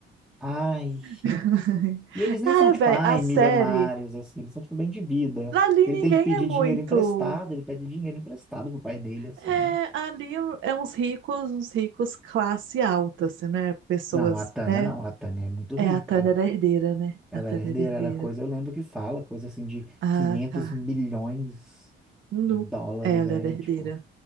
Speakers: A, in the centre; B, on the right (about 70°).
A: Ai.
B: <laughs>
A: E eles nem
B: ah
A: são, tipo,
B: velho,
A: ai,
B: a série.
A: milionários, assim, eles são, tipo, bem de vida.
B: Ali
A: Ele
B: ninguém
A: tem que pedir
B: é muito.
A: dinheiro emprestado, ele pede dinheiro emprestado pro pai dele, assim.
B: É, ali é uns ricos, uns ricos classe alta, assim, né? Pessoas,
A: Não, a Tânia
B: né?
A: não, a Tânia é muito rica.
B: É a Tânia era herdeira, né?
A: Ela
B: A Tânia
A: era herdeira,
B: era herdeira.
A: era coisa, eu lembro que fala, coisa assim de
B: Ah,
A: 500
B: tá.
A: milhões
B: Nu.
A: de dólares,
B: É, Ela
A: é,
B: era herdeira.
A: tipo,